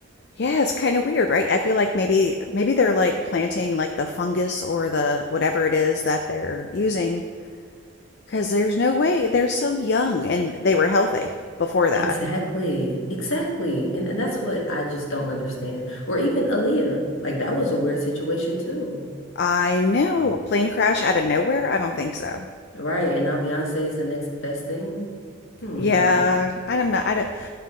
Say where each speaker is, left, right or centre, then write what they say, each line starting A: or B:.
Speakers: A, on the left (about 55°); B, on the left (about 75°).
A: Yeah, it's kind of weird, right? I feel like maybe maybe they're like planting like the fungus or the whatever it is that they're using because there's no way they're so young and they were healthy before that.
B: Exactly. Exactly. And and that's what I just don't understand. Or even Aaliyah. Like that was a weird situation too.
A: I know, plane crash out of nowhere? I don't think so.
B: Right. And now Beyonce is the next best thing. Hmm.
A: Yeah, i do not know. I don't